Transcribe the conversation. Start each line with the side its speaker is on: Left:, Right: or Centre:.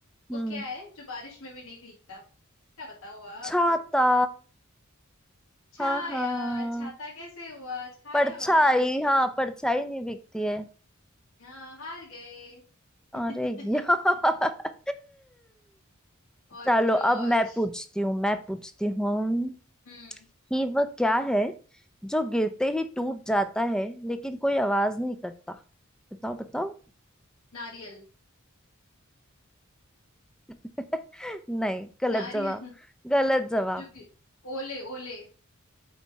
Centre: हम्म
Left: वो क्या है जो बारिश में भी नहीं भीगता क्या बताओ आप
Centre: छाता
Left: छाया
Centre: हाँ हाँ
Left: छाता कैसे हुआ छाया
Centre: परछाई
Left: हुई
Centre: हाँ परछाई नहीं बिकती है
Left: हाँ हार गए <laughs>
Centre: अरे यार
Left: और
Centre: चलो
Left: मुझे और
Centre: अब मैं पूछती हूँ मैं पूछती हूँ
Left: हम्म
Centre: कि वह क्या है जो गिरते ही टूट जाता है लेकिन कोई आवाज नहीं करता बताओ बताओ
Left: नारियल
Centre: <laughs> नहीं गलत
Left: नारियल
Centre: जवाब गलत
Left: <laughs>
Centre: जवाब
Left: जो गि- ओले ओले